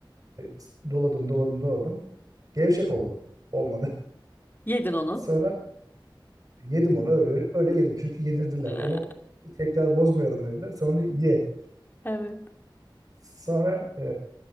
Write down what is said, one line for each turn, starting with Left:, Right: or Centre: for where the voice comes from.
Right: E, doladım doladım doladım. Gevşek oldu. Olmadı.
Left: Yedin onu.
Right: <laughs> Sonra yedim onu öyle öyle yedim. Çünkü yedirdiler.
Left: <laughs>
Right: Onu tekrar bozmayalım dediler. Sonra ye.
Left: Evet.
Right: Sonra e,